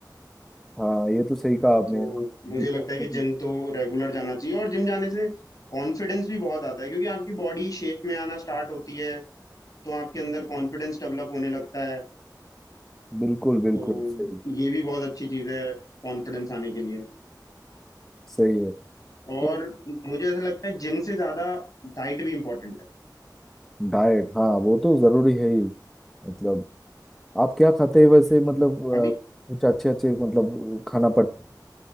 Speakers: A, in the centre; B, on the left.
A: हाँ ये तो सही कहा आपने
B: तो
A: हम
B: मुझे
A: जितना
B: लगता
A: हो
B: है कि
A: सके
B: जिम तो रेगुलर जाना चाहिए और जिम जाने से कॉन्फिडेंस भी बहुत आता है क्योंकि आपकी बॉडी शेप में आना स्टार्ट होती है तो आपके अंदर कॉन्फिडेंस डेवलप होने लगता है
A: बिल्कुल बिल्कुल
B: तो
A: सही
B: ये भी बहुत अच्छी चीज है कॉन्फिडेंस आने के लिए
A: सही है
B: और
A: तो
B: मुझे ऐसा लगता है जिम से ज्यादा डाइट भी इम्पोर्टेंट है
A: डाइट हाँ वो तो जरूरी है ही मतलब आप क्या खाते हैं वैसे मतलब अ,
B: अभी
A: कुछ अच्छे अच्छे मतलब खाना पट